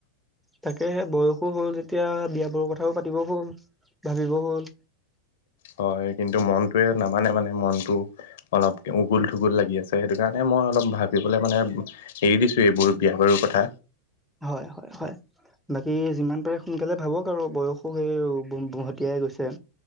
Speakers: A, in the centre; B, on the left.
A: তাকে সেই বয়সো হ'ল যেতিয়া বিয়া বাৰু কথাও পাতিব হ'ল ভাবিব হ'ল
B: হয় কিন্তু মনটোৱে নামানে মানে মনটো অলপ উগুল থুগুল লাগি আছে সেইটো কাৰণে মই অলপ ভাবিবলৈ মানে এৰি দিছো এইবোৰ বিয়া বাৰুৰ কথা
A: হয় হয় হয় বাকী যিমান পাৰে সোনকালে ভাবক আৰু বয়সো সেই ভ ভ ভতিয়াই গৈছে